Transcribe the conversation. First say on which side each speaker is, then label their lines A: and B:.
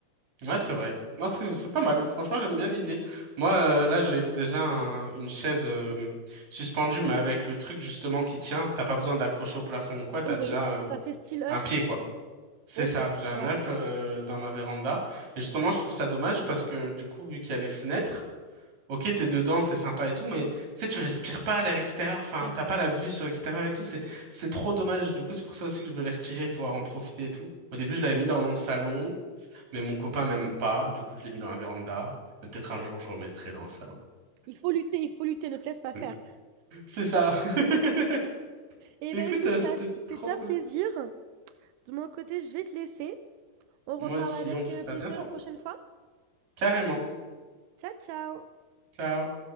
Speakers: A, on the right; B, on the right.
A: Ouais, c'est vrai. Non, c'est c'est pas mal. Franchement, j'aime bien l'idée. Moi, euh, là, j'ai déjà un- une chaise euh, suspendue, mais avec le truc justement qui tient. T'as pas besoin d'accrocher au plafond ou quoi.
B: Oh
A: T'as déjà
B: oui,
A: euh,
B: ça fait style œuf.
A: un pied, quoi. C'est
B: Ok,
A: ça. J'ai un
B: ouais,
A: œuf euh, dans ma véranda. Et justement, je trouve ça dommage parce que du coup, vu qu'il y a les fenêtres. Ok, t'es dedans, c'est sympa et tout, mais tu sais, tu respires pas à l'air extérieur, enfin,
B: c'est vrai.
A: t'as pas la vue sur l'extérieur et tout, c'est c'est trop dommage. Du coup, c'est pour ça aussi que je veux les retirer et pouvoir en profiter et tout. Au début, je l'avais mis dans mon salon, mais mon copain n'aime pas, du coup, je l'ai mis dans la véranda. Mais Peut-être un jour, je remettrai dans le salon.
B: Il faut lutter, il faut lutter, ne te laisse pas faire.
A: <laughs> C'est ça. <laughs>
B: Eh
A: Écoute,
B: ben écoute,
A: euh,
B: ça,
A: c'était
B: c'est
A: trop
B: un
A: cool.
B: plaisir. De mon côté, je vais te laisser. On reparle
A: Moi aussi,
B: avec
A: on fait
B: euh,
A: ça
B: plaisir
A: bientôt.
B: une prochaine fois.
A: Carrément.
B: Ciao, ciao!
A: Ciao.